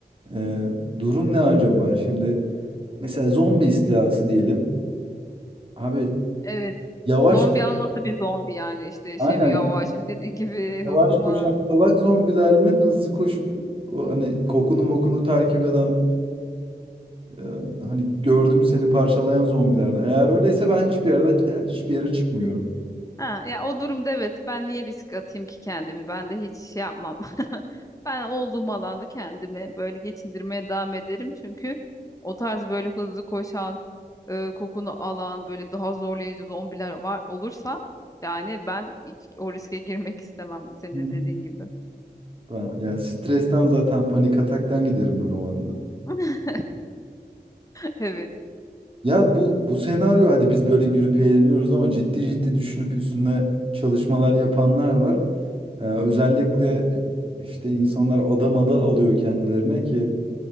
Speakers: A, on the right; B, on the left.
A: e, durum ne acaba? Şimdi Mesela zombi istilası diyelim. Abi
B: Evet.
A: yavaş
B: Zombi ama nasıl bir zombi yani işte
A: aynen
B: şey mi yavaş mı dediğin gibi
A: yavaş
B: hızlı mı?
A: koşan salak zombiler mi hızlı koşup o hani kokunu mokunu takip eden e, hani gördüm seni parçalayan zombilerden. Eğer öyleyse ben hiçbir yerde hiçbir yere çıkmıyorum.
B: Ha, ya o durumda evet ben niye risk atayım ki kendimi? Ben de hiç şey yapmam. <laughs> Ben olduğum alanda kendimi böyle geçindirmeye devam ederim. Çünkü o tarz böyle hızlı koşan, e, kokunu alan böyle daha zorlayıcı zombiler var olursa yani ben hiç o riske girmek istemem senin
A: Hı.
B: de dediğin gibi.
A: Ben, yani stresten zaten panik ataktan giderim ben o anda.
B: <laughs> Evet.
A: Ya bu bu senaryo hadi biz böyle gülüp eğleniyoruz ama ciddi ciddi düşünüp üstüne çalışmalar yapanlar var. Ee, özellikle işte insanlar adamada alıyor kendilerine ki